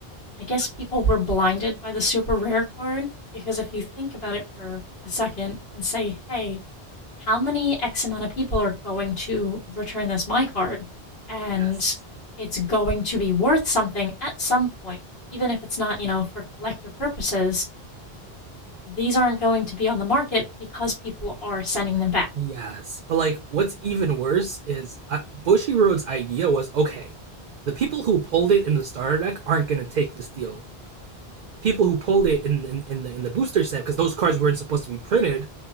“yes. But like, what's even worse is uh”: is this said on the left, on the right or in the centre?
Right